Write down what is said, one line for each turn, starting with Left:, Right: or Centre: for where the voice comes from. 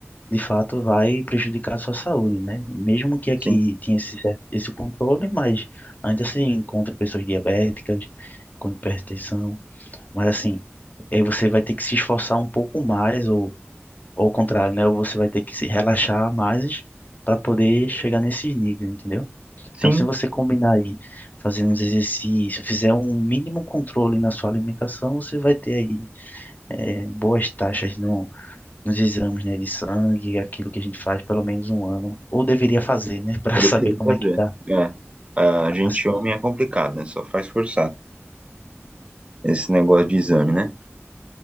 Left: de fato vai prejudicar a sua saúde, né? Mesmo que aqui
Right: sim.
Left: tenha esse, cer- esse controle, mas ainda se encontra pessoas diabéticas, com hipertensão, mas assim, aí você vai ter que se esforçar um pouco mais, ou ou ao contrário, né? Ou você vai ter que se relaxar mais para poder chegar nesses níveis, entendeu?
Right: Sim,
Left: Então, se você combinar aí, fazendo uns exercícios, fizer um mínimo controle na sua alimentação, você vai ter aí é, boas taxas no, nos exames, né, de sangue, aquilo que a gente faz pelo menos um ano, ou deveria fazer, né, <laughs> para
Right: Eu
Left: saber
Right: deveria
Left: como
Right: fazer.
Left: é que tá
Right: É. A gente
Left: a situação.
Right: homem é complicado, né? Só faz forçar esse negócio de exame, né?